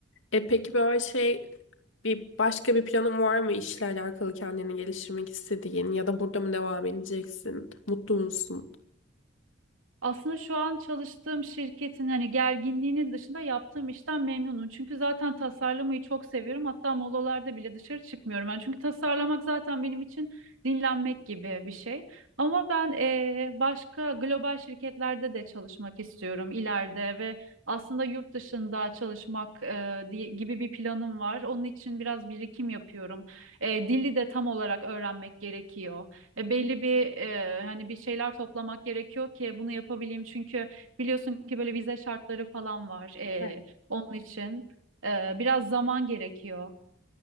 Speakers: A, on the left; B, on the right.
A: E peki böyle şey bir başka bir planın var mı işle alakalı kendini geliştirmek istediğin ya da burada mı devam edeceksin? Mutlu musun?
B: Aslında şu an çalıştığım şirketin hani gerginliğinin dışında yaptığım işten memnunum. Çünkü zaten tasarlamayı çok seviyorum. Hatta molalarda bile dışarı çıkmıyorum ben. Çünkü tasarlamak zaten benim için dinlenmek gibi bir şey. Ama ben eee, başka global şirketlerde de çalışmak istiyorum ileride ve aslında yurt dışında çalışmak eee, diye, gibi bir planım var. Onun için biraz birikim yapıyorum. Eee, dili de tam olarak öğrenmek gerekiyor. E, belli bir e, hani bir şeyler toplamak gerekiyor ki bunu yapabileyim. Çünkü biliyorsun ki böyle vize şartları falan var e,
A: Evet.
B: onun için. E, biraz zaman gerekiyor.